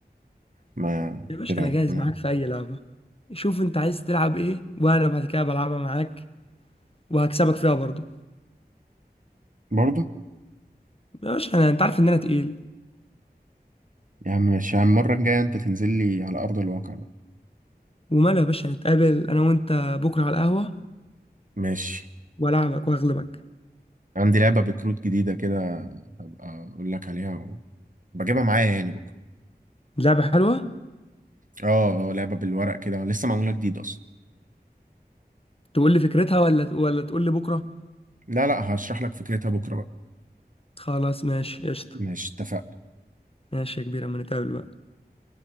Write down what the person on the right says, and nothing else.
ما
كده
انا
برضه
يا عم ماشي يا عم المره الجايه انت تنزل لي على ارض الواقع بقى
ماشي
عندي لعبه بكروت جديده كده هبقى اقول لك عليها و... بجيبها معايا يعني بكره
اه آه، لعبة بالورق كده لسه معمولة جديد اصلا
لا لا هشرح لك فكرتها بكرة بقى
ماشي اتفقنا